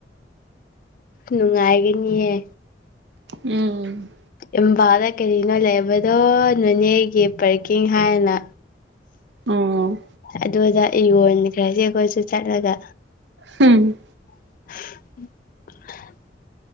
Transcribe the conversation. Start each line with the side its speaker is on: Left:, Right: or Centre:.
Left: ꯅꯨꯡꯉꯥꯏꯒꯅꯤꯍ
Right: ꯎꯝ
Left: ꯏꯝꯕꯥꯜꯗ ꯀꯔꯤꯅꯣ ꯂꯩꯕꯗꯣ ꯅꯣꯅꯦꯒꯤ ꯄꯥꯔꯀꯤꯡ ꯍꯥꯏꯅ
Right: ꯑꯣ
Left: ꯑꯗꯨꯗ ꯑꯩ ꯌꯣꯟꯈ꯭ꯔꯁꯦ ꯑꯩꯈꯣꯏꯁꯨ ꯆꯠꯂꯒ
Right: ꯍꯝ
Left: <unintelligible>